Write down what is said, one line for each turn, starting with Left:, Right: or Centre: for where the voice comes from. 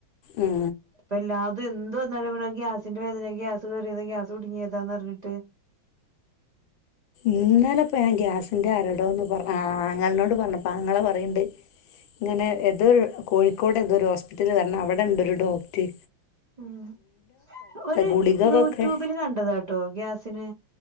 Left: ഉം
Right: ഇപ്പല്ലാതും എന്ത് വന്നാലും പറയും അത് ഗ്യാസിന്റെ വേദനെ ഗ്യാസ് കയറിയതാ ഗ്യാസ് കുടുങ്ങിയതാന്നറഞ്ഞിട്ട്
Left: ഇന്നലെപ്പ ഞാൻ ഗ്യാസിന്റെ അരടോന്ന് പറഞ്ഞ ആ ആങ്ങളനോട് പറഞ്ഞപ്പ ആങ്ങള പറയ്ണ്ട് ഇങ്ങനെ ഏതൊരു കോഴിക്കോട് എതോരു ഹോസ്പിറ്റല് കൺണം അവിടെണ്ടൊരു ഡോക്ട്
Right: ഉം ഒരു
Left: ഗുളികകൊക്കെ
Right: യൂട്യൂബില് കണ്ടതാട്ടോ ഗ്യാസിന്